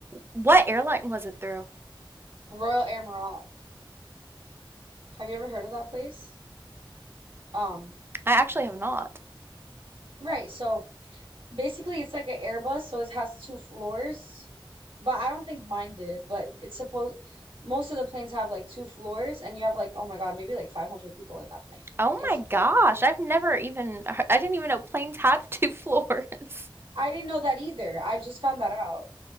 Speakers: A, on the right; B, on the right.
A: What airline was it through?
B: Royal Air Morocco. Have you ever heard of that place? Um,
A: I actually have not.
B: right, so basically it's like an Airbus, so it has two floors, but I don't think mine did, but it's supposed most of the planes have like two floors and you have like oh my God, maybe like 500 people in that plane.
A: Oh
B: It's
A: my gosh, I've never even I didn't even know planes had <laughs> two floors.
B: I didn't know that either. I just found that out.